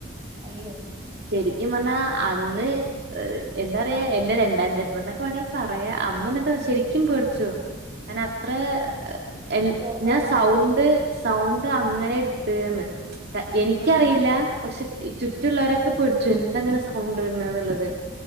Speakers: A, on the right; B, on the right.
A: അയ്യോ
B: ശെരിക്കും പറഞ്ഞാ അന്ന് എന്താറിയാ ൻ ന്റെ രണ്ടാം ജന്മം ന്നൊക്കെ വേണെ പറയാ അമ്മ എന്നിട്ട് ശെരിക്കും പേടിച്ചു. കാ നത്രെ എൽ
A: ശോ കറണ്ട്
B: ഞാൻ സൗണ്ട് സൗണ്ട് അങ്ങനെ ഇട്ട് ന്ന് എനിക്കറിയില്ലാ
A: ആഹ്
B: പക്ഷ് ഈ ചുറ്റുള്ളവരൊക്കെ പേടിച്ചു എന്തങ്ങനെ സൗണ്ട്ട്ണ് ന്ന്ള്ളത്.